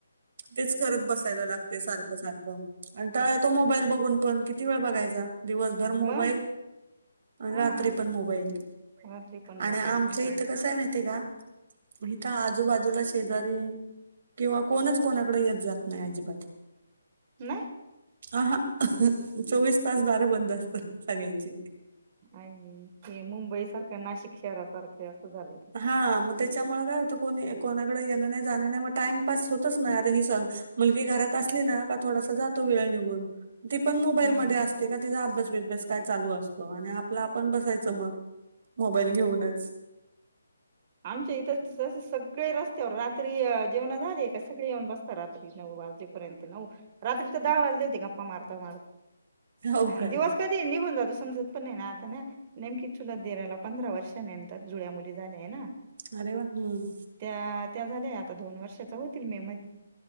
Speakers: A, on the right; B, on the right.
A: तेच करत बसायला लागतय सारखं सारखं, आणि काय होत मोबाईल बघून बघून पण कि किती वेळ बघायचा दिवसभर
B: मग
A: मोबाईल, आणि
B: हा
A: रात्री पण मोबाईल.
B: रात्री पण मोबाईल
A: आणि आमच्या
B: कंटाळून
A: इथं कसंय माहितेय का? इथं आजूबाजूला शेजारी, किंवा कोणच कोणाकडे येत जात नाही अजिबात.
B: नाही?
A: अहा चोवीस तास दारं बंद असत सगळ्यांची.
B: आणि हे मुंबई सारखं नाशिक शहरासारखं य असं झालंय.
A: हा मग त्याच्यामुळे काय होतं कोणी कोणाकडे येणं नाय जाणं नाय मग टाइमपस होत च नाही आता ही सांग मुलगी घरात असली ना का थोडासा जातो वेळ निघून ती पण मोब बाईल
B: हम्म
A: मध्ये असते का तिचा अभ्यास बिभ्यास काय चालू असतो आणि आपला आपण बसायचं मग. मोबाईल घेऊनच.
B: आमच्या इथ जसं सगळे रस्त्यावर रात्री जेवणा झाले का सगळे येऊन बस ता रात्री नऊ वाजे पर्यंत नव, रात्रीतर दहा वाजले होते गप्पा मारता मारता.
A: हो
B: हा
A: काय?
B: दिवस कधी निघून जातो समजत पण नाही ना आता ना. नेमकी चुलछ दिराला पंधरा वर्षांनंतर जुळ्या मुली झाल्या हाय ना.
A: अरे वा! हम्म
B: त्या त्या झाल्या आता दोन वर्षाच्या होतील मेमधी.